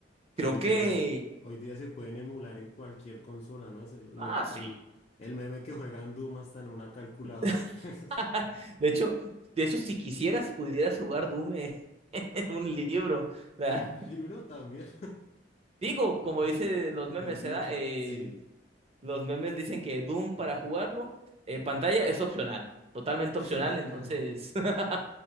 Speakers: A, on the left (about 35°); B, on the right (about 35°).
A: que
B: Creo
A: hoy
B: que.
A: día, hoy día se pueden emular en cualquier consola, ¿no? Es el, lo-
B: Ah, sí.
A: el, el meme que juegan Doom hasta en una calculadora.
B: <laughs>
A: <laughs>
B: De hecho, de hecho, si quisieras, pudieras jugar Doom en <laughs> en un libro. ¿verdad?
A: En un libro también.
B: Digo, como dice
A: <laughs>
B: los memes,
A: El dicho,
B: se da, eh,
A: sí.
B: los memes dicen que Doom para jugarlo, eh, pantalla es opcional, totalmente
A: <laughs>
B: opcional, entonces. <laughs>